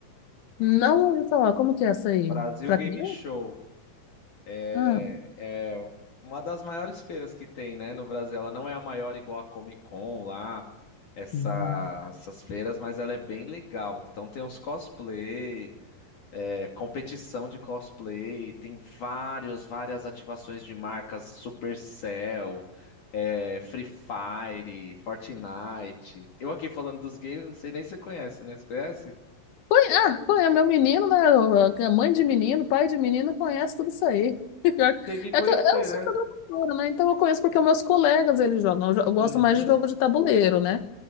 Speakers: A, on the left; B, on the left.
A: Não ouvi falar, como que é essa aí?
B: Brasil
A: para
B: Game
A: criança?
B: Show. É,
A: Ah.
B: é uma das maiores feiras que tem, né, no Brasil. Ela não é a maior igual a Comic Con lá, essa-
A: Hum.
B: essas feiras, mas ela é bem legal. Então tem uns cosplay, é, competição de cosplay, tem vários, várias ativações de marcas, Supercell, é, Free Fire, Fortnite. Eu aqui falando dos games, não sei nem se você conhece, né? Você conhece?
A: Conhe- Ah, conhe- é meu menino, né? o- a Mãe de menino, pai de menino, conhece tudo isso aí. <laughs> Pior que-
B: Tem que conhecer,
A: É que eu, eu sou programadora,
B: né?
A: né? Então eu conheço porque meus colegas eles jogam. Eu, jo- eu gosto
B: Uhum,
A: mais de jogo de tabuleiro, né?